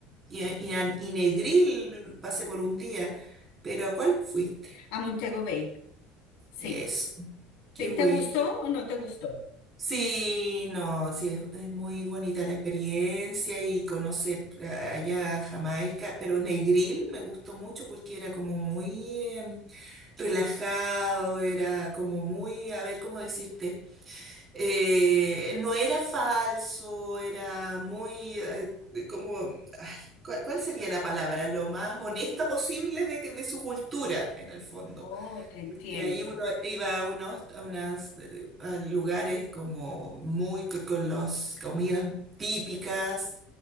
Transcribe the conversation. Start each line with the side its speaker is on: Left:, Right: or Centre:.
Right: y, y An- y Negril, pasé por un día, pero ¿a cuál fuiste?
Left: a Montego Bay. Sí.
Right: Eso, qué
Left: ¿Te,
Right: bueno.
Left: te gustó o no te gustó?
Right: Sí, no, sí, es, es muy bonita la experiencia y conocer eh, allá Jamaica, pero Negril me gustó mucho porque era como muy em, relajado, era como muy, a ver, ¿cómo decirte? Eh, no era falso, era muy, eh, como, ay, ¿cuál, cuál sería la palabra? Lo más honesta posible de, que- de su cultura, en el fondo
Left: Oh, te entiendo.
Right: que ahí uno iba a unos a unas, eh, a lugares como muy co- con, las comidas típicas